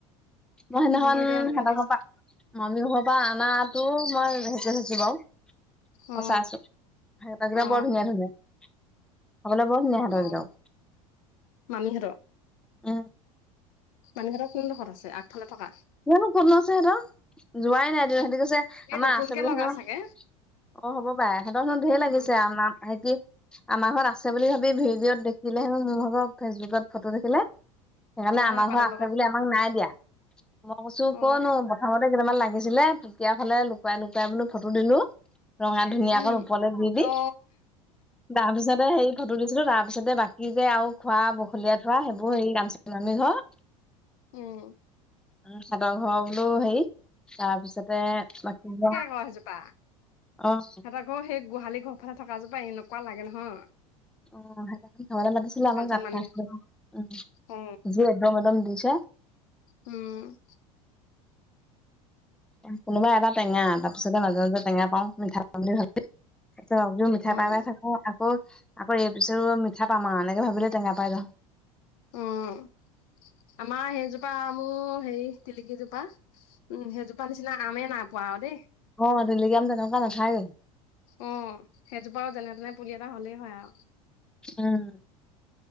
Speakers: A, in the centre; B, on the left.
A: মই সিদিনাখন
B: মোৰ এতিয়া
A: সিহঁতৰৰ
B: এনেকুৱা লাগিছে
A: ঘৰৰ মামী ঘৰ পৰা অনাটো মই হেৰি কৰি থৈছোঁ বাৰু।
B: অ
A: মই চাইছোঁ, সিহঁতৰ কেইটা
B: অ
A: বৰ ধুনীয়া, ধুনীয়া। খাবলৈ বৰ ধুনীয়া ইহঁতৰ
B: অ
A: কেটাও
B: মামীহঁতৰ
A: উম।
B: মামি হঁতৰ কোনো ডোখৰত আছে, আগফালে থকা।
A: জানো ক'ত লয়ইছে সিহঁতৰ যোৱাই নাই সিহঁতি কৈছে।
B: এই
A: আমাৰ
B: নতুনকে
A: আছে বুলি
B: লগা
A: হেনো অ'
B: চাগে
A: হ'ব পাৰে সিহঁতৰ হেনো ধেৰ লাগিছে,
B: উম
A: আমাক হেই কি আমাৰ ঘৰত আছে বুলি ভাবি ভিডিঅ'ত দেখিলেহেও মোৰ ঘৰ ফেচবুকত ফটো দেখিলে সেইকাৰণে
B: অ
A: আমাৰ
B: এপাতৰ
A: ঘৰ আছে
B: লগত
A: বুলি আমাক নাই দিয়া। মই কৈছোঁ
B: অ
A: কৰনো প্ৰথমতে কেইটামান লাগিছিলে পোকিয়া ফালে লুকাই লুকুৱাই বোলো ফটো দিলোঁ। ৰঙা ধুনীয়াকণ
B: উম
A: ওপৰলৈ দি দি
B: অ
A: তাৰ পিছতে হেই ফটো দিছিলোঁ। তাৰপিছতে বাকী যে আৰু খোৱা বখলীয়াই থোৱা সেইবোৰ হেৰি আ মামি ঘৰৰ।
B: উম।
A: উম, সিহঁতৰ ঘৰৰ বোলো হেৰি তাৰ পিছতে বাকি ঘৰ
B: অ' হেইজোপা।
A: অ'
B: আকৌ সেই গোহালি ঘৰৰ ফালে থকা জোপা এনেকুৱা লাগে নহয়।
A: অ' সেই খাবলৈ মাতিছিলে আমাক
B: কাঞ্চন মামী
A: <unintelligible> উম'
B: অ
A: যি এদম এদম দিছে।
B: উম।
A: কোনোবা এটা টেঙা তাৰপিছতে মাজে মাজে টেঙা পাওঁ মিঠা পাওঁ বুলি ভাবোঁ। এযোৰ মিঠা
B: উম
A: পাই পাই থাকোঁ। আকৌ আকৌ এই পিছৰ মিঠা পাম আৰু এনেকে ভাবিলে টেঙা পাই যাওঁ।
B: উম, আমাৰ সেইজোপা আমো হেৰি তিলিকিজোপা উম, সেইজোপা নিচিনা আমেই নাই পোৱা আৰু দেই।
A: অ' তিলিকি আম তেনেকুৱা নাথাকেই।
B: অ' সেইজোপাও যেনে তেনে পুলি এটা হ'লেই হয় আৰু।
A: উম।